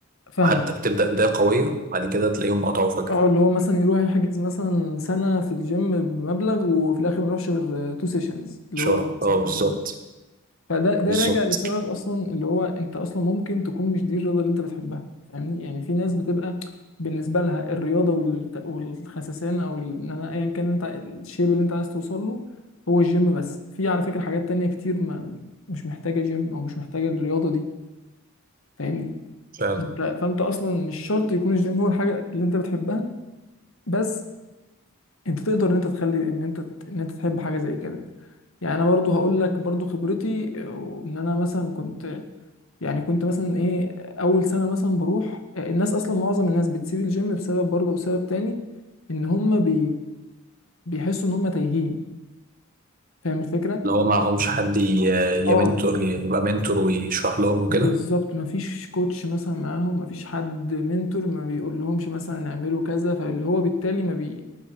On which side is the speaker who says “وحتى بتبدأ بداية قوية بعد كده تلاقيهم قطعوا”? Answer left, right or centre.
Right